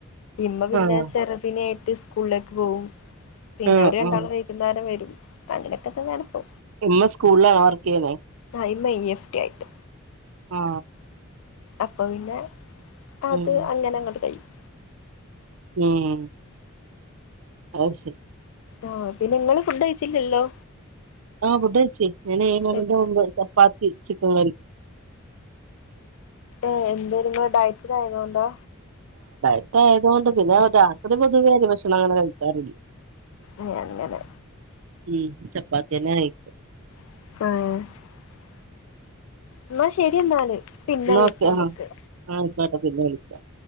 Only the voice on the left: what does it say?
ഇമ്മ പിന്നെ
ചെറുദിനെറ്റ് സ്കൂളിലേക്ക് പോവും പിന്നെ
അവര് രണ്ടാളും
വൈകുന്നേരം വരും അങ്ങനെകതന്നണ് പ്പൊ
ആ ഇമ്മ ഈഫ് ട്ടി ആയിട്ട്
അപ്പൊ പിന്നെ അത്
അങ്ങനെ അങ്ങണ്ട് കഴിയും
ആഹ പിന്നെ ഇങ്ങള് ഫുഡ് കഴിച്ചില്ലല്ലോ
എ-
ഏ എന്താ ഇങ്ങള് ഡയറ്റിലായതുകൊണ്ടാ
അ അങ്ങനെ
<unintelligible> എന്നാ ശെരി എന്നാല് പിന്നെ
വിളിക്കാംമ്മക്ക്